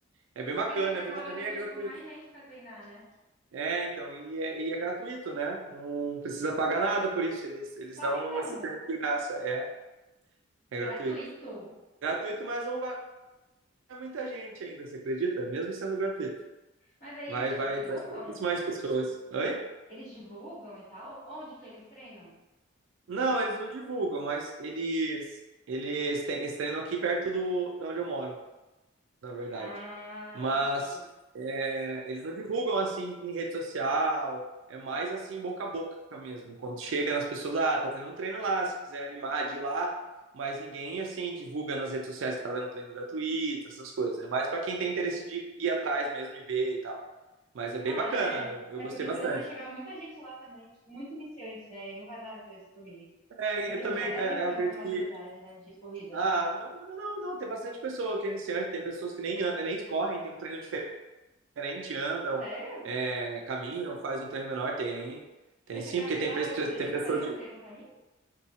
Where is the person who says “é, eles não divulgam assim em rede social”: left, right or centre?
Right